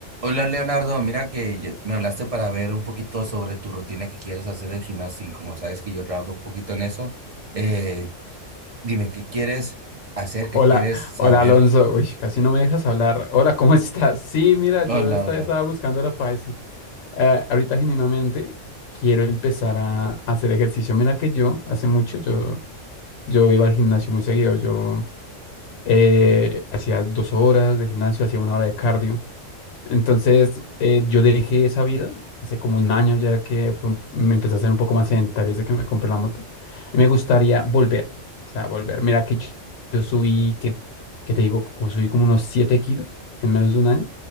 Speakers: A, on the right; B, on the left.
A: Hola Leonardo, mira que yo- me hablaste para ver un poquito sobre tu rutina que quieres hacer del gimnasio y como sabes que yo trabajo un poquito en eso, eh, dime qué quieres hacer, qué
B: Hola,
A: quieres saber.
B: hola Alonso. Uy, casi no me dejas hablar. Hola, ¿cómo <laughs> estás? Sí, mira,
A: Hola,
B: yo esta-
A: hola.
B: estaba buscando era para eso. Eh, ahorita genuinamente quiero empezar a, a hacer ejercicio. Mira que yo hace mucho yo, yo iba al gimnasio muy seguido. Yo eh, hacía dos horas de gimnasio, hacía una hora de cardio. Entonces, eh, yo dejé esa vida hace como un año ya que fue un- me empecé a ser un poco más sedentario desde que me compré la moto. Y me gustaría volver, o sea, volver. Mira que yo, yo subí, que, que te digo, como subí como unos 7 kilos en menos de un año.